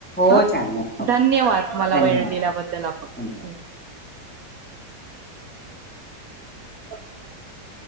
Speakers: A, in the centre; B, on the right.
A: हो
B: हा
A: चालेल हो
B: धन्यवाद मला
A: धन्यवाद
B: वेळ दिल्याबद्दल आपण
A: धन्यवाद.
B: <inaudible>